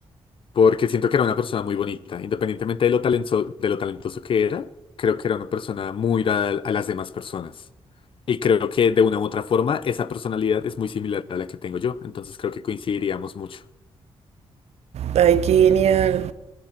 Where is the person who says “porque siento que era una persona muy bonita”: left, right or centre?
Left